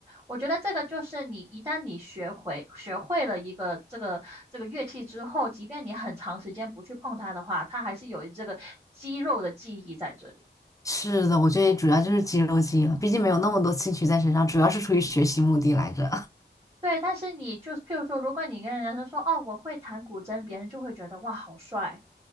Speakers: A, on the right; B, on the left.
A: 我觉得这个就是你一旦你学会学会了一个这个这个乐器之后，即便你很长时间不去碰它的话，它还是有这个肌肉的记忆在这里。
B: 是的，我觉得主要就是肌肉记忆了，毕竟没有那么多兴趣在身上，主要是出于学习目的来着，
A: 对，但是你就是，譬如说，如果你跟人家说说哦我会弹古筝，别人就会觉得哇好帅，